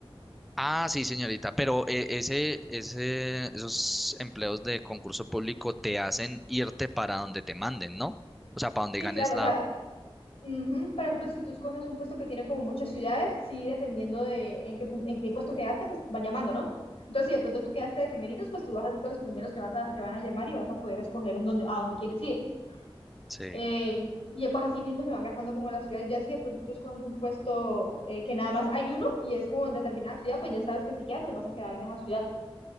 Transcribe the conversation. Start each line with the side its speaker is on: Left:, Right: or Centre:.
Centre: Ah, sí, señorita, pero eh, ese, ese, esos empleos de concurso público te hacen irte para donde te manden, ¿no? O sea, para donde
Left: Sí,
Centre: ganes
Left: claro,
Centre: la...
Left: o sea, Ujú, Por ejemplo, si tú escoges un puesto que tiene como muchas ciudades, sí, dependiendo de en qué, pun- en qué puesto quedaste, pues va llamando, ¿no? Entonces, si de pronto tú quedaste de primeritos, pues tú vas a ser de los primeros que, vas a, que van a llamar y vas a poder escoger en dónde, a dónde quieres ir.
Centre: Sí,
Left: Eh, y pues así mismo se van gastando como las ciudades. Ya si de pronto tú escoges un puesto eh, que nada más hay uno y es como en determinada ciudad, pues ya sabes que si quedas, pues vas a quedar en esa ciudad.